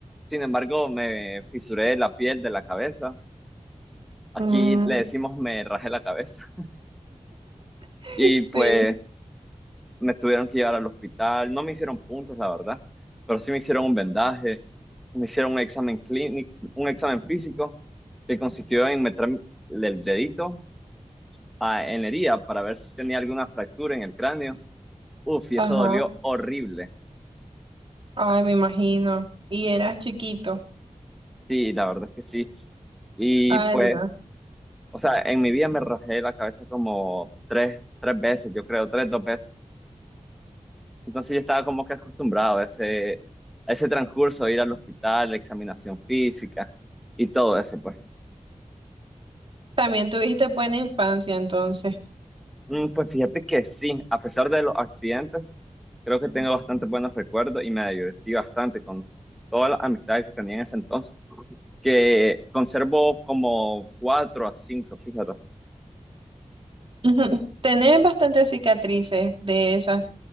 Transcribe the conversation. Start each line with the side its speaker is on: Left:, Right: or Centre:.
Centre: Sin embargo, me fisuré la piel de la cabeza. Aquí
Right: Mm,
Centre: le decimos me rajé la cabeza
Right: <laughs>
Centre: y
Right: sí,
Centre: pues me tuvieron que llevar al hospital. No me hicieron puntos, la verdad, pero sí me hicieron un vendaje Me hicieron un examen clínico, un examen físico que consistió en meter el dedito a- en la herida para ver si tenía alguna fractura en el cráneo. Uf, y
Right: ajá,
Centre: eso dolió horrible.
Right: ay, me imagino. Y eras chiquito.
Centre: Sí, la verdad es que sí. Y
Right: Ay,
Centre: pues,
Right: no.
Centre: o sea, en mi vida me rajé la cabeza como tres, tres veces, yo creo, tres, dos veces. Entonces yo estaba como que acostumbrado a ese, a ese transcurso, ir al hospital, examinación física y todo eso, pues.
Right: También tuviste buena infancia entonces.
Centre: Mm, Pues fíjate que sí, a pesar de los accidentes, Creo que tengo bastante buenos recuerdos y me divertí bastante con todas las amistades que tenía en ese entonces, que conservo como cuatro a cinco, fíjate.
Right: Ujú. Tenés bastantes cicatrices de esas